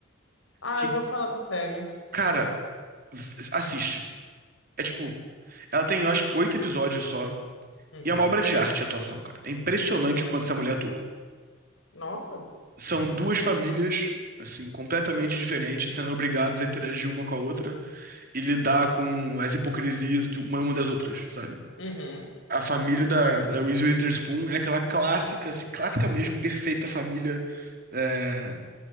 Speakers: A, on the left (about 85°); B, on the right (about 50°).
A: Ah,
B: Que,
A: eu já ouvi falar dessa série.
B: cara, v- assiste. É tipo, ela tem, eu acho que, oito episódios só.
A: Uhum.
B: E é uma obra de arte e atuação, cara. É impressionante o quanto essa mulher atua.
A: Nossa.
B: São duas famílias, assim, completamente diferentes, sendo obrigadas a interagir uma com a outra e lidar com as hipocrisias de uma uma das outras, sabe?
A: Uhum.
B: a família da, da Reese Witherspoon é aquela clássica, assim, clássica mesmo, perfeita família é,